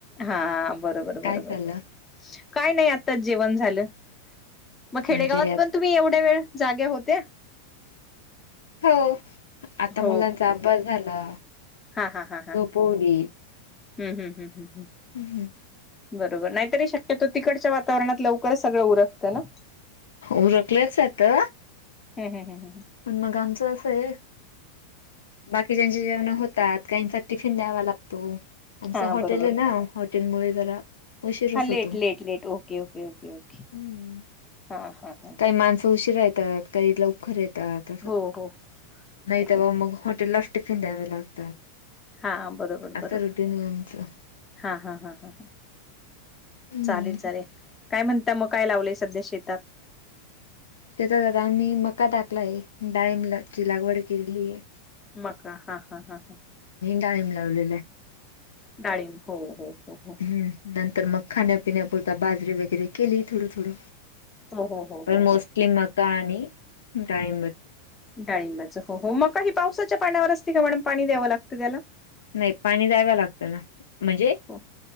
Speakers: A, on the left; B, on the left.
A: हा बरोबर
B: काय
A: बरोबर
B: चाललं
A: काय नाही आताच जेवण झालं मग खेडेगावात
B: आमच्या घरात
A: पण तुम्ही एवढ्या वेळ जाग्या होत्या?
B: हो आता
A: हो
B: मुलांचा अभ्यास झाला.
A: हा हा हा हा
B: पोडी
A: हम्म हम्म हम्म हम्म
B: हम्म
A: बरोबर नाहीतरी शक्यतो तिकडच्या वातावरणात लवकरच सगळं उरकतं ना
B: उरकलंच आत
A: हम हम हम हम हम
B: पण मग आमचं असं आहे बाकीच्यांची जेवणं होतात त्यांचा टिफिन द्यावा लागतो आमचं
A: हा
B: हॉटेल
A: बरोबर
B: आहे ना हॉटेल मुळे जरा उशीरच
A: हां late
B: होतो
A: late late okay okay okay okay
B: हम्म
A: हां हां
B: काही माणसं उशीरा येतात काही लवकर येतात. तस
A: हो हो हो
B: नाही तेव्हा
A: हो हो.
B: मग हॉटेल लाच टिफिन द्यावे लागतात.
A: हा बरोबर
B: असं
A: बरोबर
B: रुटीन आहे आमचं.
A: हा हा हा हा
B: हम्म
A: चालेल चालेल काय म्हणता मग काय लावलंय सध्या शेतात
B: त्याच्यात आता आम्ही मक्का टाकलाय डांळीबाची लागवड केलेली आहे
A: मक्का हा हा हा हा
B: डाळिंब लावलले आहे
A: डाळिंब हो हो हो हो
B: आहे हम्म नंतर मग खाण्यापिण्यापुरता बाजरी वगैरे केली थोडं थोडं
A: हो हो हो
B: पण
A: हो
B: मोस्टली
A: हो
B: मक्का आणि डाळिंब
A: डाळिंबाचा हो हो मक्क ही पावसाच्या पाण्यावर असते का मॅडम पाणी द्यावं लागतं त्याला
B: नाही पाणी द्याव लागत ना म्हणजे
A: हो